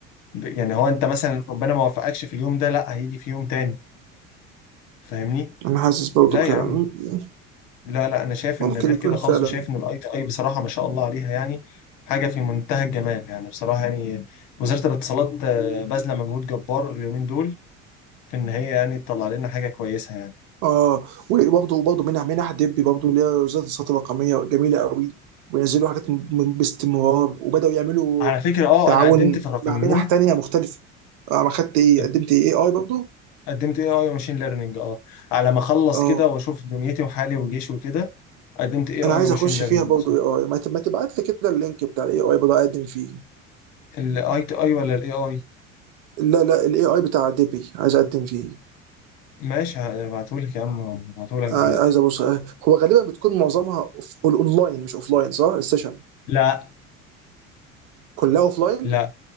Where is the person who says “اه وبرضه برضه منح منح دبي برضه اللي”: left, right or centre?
Right